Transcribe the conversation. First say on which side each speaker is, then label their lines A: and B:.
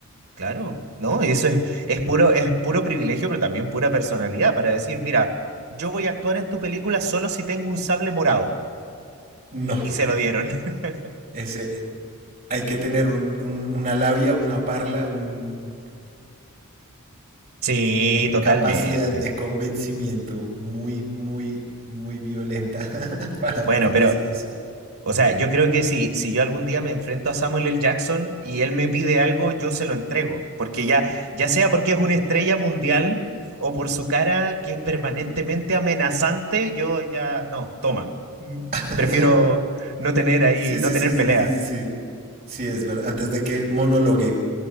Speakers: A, on the right; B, on the right.
A: Claro, ¿no? Y eso es, es puro, es puro privilegio, pero también pura personalidad para decir, mira, yo voy a actuar en tu película solo si tengo un sable morado.
B: No,
A: Y se lo dieron. <laughs>
B: ese, eh, hay que tener un- un- una labia, una parla, un-
A: Sí,
B: una
A: totalmente.
B: capacidad de convencimiento muy, muy, muy violenta <laughs> para poder
A: Bueno, pero,
B: hacer eso.
A: o sea, yo creo que si, si yo algún día me enfrento a Samuel L. Jackson y él me pide algo, yo se lo entrego. Porque ya, ya sea porque es una estrella mundial o por su cara que es permanentemente amenazante, yo ya, no, toma. <laughs>
B: <laughs>
A: Prefiero no tener ahí,
B: Sí,
A: no
B: sí,
A: tener
B: sí, sí,
A: pelea.
B: sí, sí, sí. Sí, es verdad. Antes de que monologue.